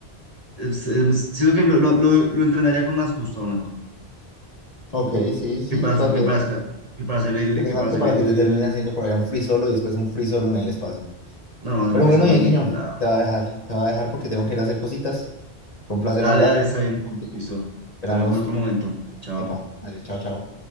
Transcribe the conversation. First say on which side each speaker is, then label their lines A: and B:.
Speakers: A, on the right; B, on the left.
A: es- es- siento que lo, lo, lo- lo entrenaría con más gusto, a lo mejor.
B: Ok, sí, sí,
A: Que para,
B: tal
A: su- que
B: vez.
A: para, esca- que para hacer el,
B: Interesante
A: que para hacer
B: para
A: el.
B: que te termine haciendo por allá un free solo y después un free solo en el espacio.
A: No, no va a hacer
B: Pero
A: un free
B: bueno,
A: solo
B: Dieguiño,
A: en ningún lado.
B: te va a dejar, te va a dejar porque tengo que ir a hacer cositas. Fue un placer
A: Dale,
B: hablar
A: dale, está bien.
B: contigo.
A: Listo.
B: Esperamos.
A: Dale, vamos en otro momento. Chao.
B: Epa, dale, chao, chao.